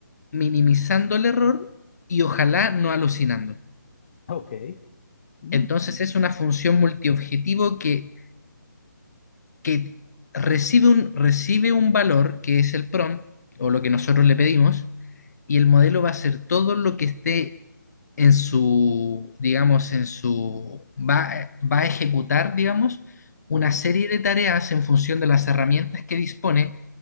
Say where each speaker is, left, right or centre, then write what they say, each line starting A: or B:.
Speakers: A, on the left (about 55°); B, on the left (about 35°).
A: minimizando el error y ojalá no alucinando.
B: Ok. Mm.
A: Entonces es una función multiobjetivo que, que recibe un, recibe un valor que es el prompt o lo que nosotros le pedimos y el modelo va a hacer todo lo que esté en su, digamos, en su, va, va a ejecutar, digamos, una
B: Ujú.
A: serie de tareas en función de las herramientas que dispone